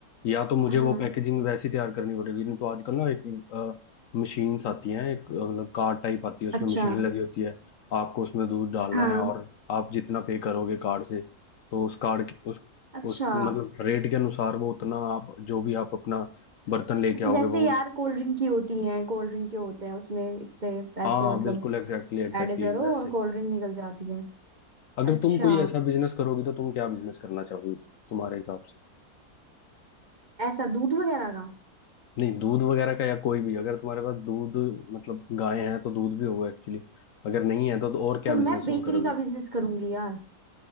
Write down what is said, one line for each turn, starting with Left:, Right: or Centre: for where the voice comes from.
Left: या तो मुझे
Right: हाँ
Left: वो पैकेजिंग वैसी तैयार करनी पड़ेगी नहीं तो आजकल ना एक मशीन्स आती हैं एक अ, मतलब कार्ड टाइप आती है उसमें
Right: अच्छा
Left: मशीन लगी होती है आपको उसमें दूध डालना
Right: हाँ
Left: है और आप जितना पे करोगे कार्ड से तो उस कार्ड उस
Right: अच्छा
Left: उस मतलब रेट के अनुसार वो उतना आप जो भी आप अपना बर्तन लेके
Right: अच्छा
Left: आओगे
Right: जैसे
Left: वो
Right: यार कोल्ड ड्रिंक की होती है कोल्ड ड्रिंक के होते हैं उसमें इतने पैसे
Left: हाँ
Right: मतलब
Left: बिल्कुल एग्जैक्टली एग्जैक्टली
Right: ऐड करो
Left: वैसे
Right: और
Left: ही
Right: कोल्ड ड्रिंक निकल जाती है
Left: अगर
Right: अच्छा
Left: तुम कोई ऐसा बिजनेस करोगी तो तुम क्या बिजनेस करना चाहोगी तुम्हारे हिसाब से
Right: ऐसा दूध वगैरह का
Left: नहीं दूध वगैरह का या कोई भी अगर तुम्हारे पास दूध मतलब गाय हैं तो दूध भी होगा एक्चुअली अगर नहीं है तो, तो और क्या
Right: तो
Left: बिजनेस
Right: मैं बेकरी
Left: तुम करोगे
Right: का बिजनेस करूंगी यार